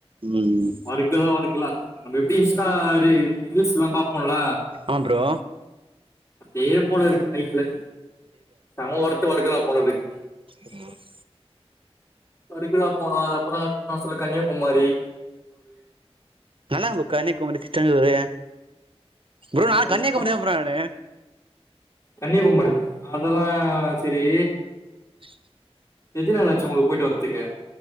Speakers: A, on the right; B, on the left.
A: ம்
B: வர்க்கலா வர்க்கலா நம்ம எப்டி சாரே ரீல்ஸ்ல பாப்போம்ல
A: அ ப்ரோ
B: அதே போல இருக்கு லைஃப்ல சம வரத்து வருக்குறா போனதுக்கு
A: உம் <inaudible>
B: வர்கலா போன அப்றோ அ சொல்லு கன்னியாகுமரி
A: நல்லா இருந்து கன்னியாகுமரி திருச்செந்தூரு ப்ரோ நா
B: அதெல்லா
A: கன்னியாகுமரி தா ப்ரோ நானு
B: கன்னியாகுமரி அதெல்லா செரி
A: <inaudible>
B: எத்தின நாளாச்சு உங்களுக்கு போயிட்டு வரதுக்கு